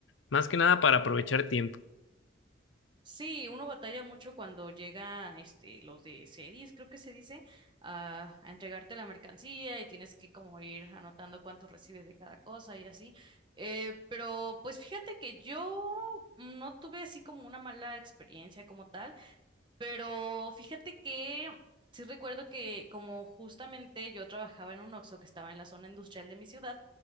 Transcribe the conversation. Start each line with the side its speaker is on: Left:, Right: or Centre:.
Left: más que nada para aprovechar tiempo.
Right: Sí, uno batalla mucho cuando llegan este, los de series, creo que se dice, a, a entregarte la mercancía y tienes que como ir anotando cuánto recibes de cada cosa y así. Eh, pero pues fíjate que yo no tuve así como una mala experiencia como tal. Pero fíjate que sí recuerdo que como justamente yo trabajaba en un Oxxo que estaba en la zona industrial de mi ciudad,